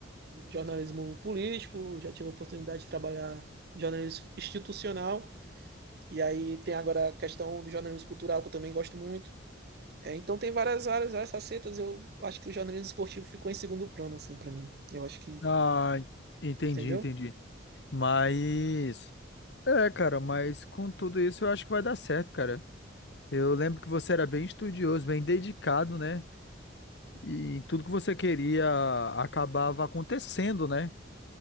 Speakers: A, on the right; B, on the left.
A: jornalismo político, já tive a oportunidade de trabalhar em jornalismo institucional, e aí tem agora a questão do jornalismo cultural, que eu também gosto muito. É, então tem várias áreas, várias facetas, eu acho que o jornalismo esportivo ficou em segundo plano, assim, para mim. Eu acho que,
B: Ah, entendi,
A: entendeu?
B: entendi. Mas é, cara, mas com tudo isso eu acho que vai dar certo, cara. Eu lembro que você era bem estudioso, bem dedicado, né? E tudo que você queria acabava acontecendo, né?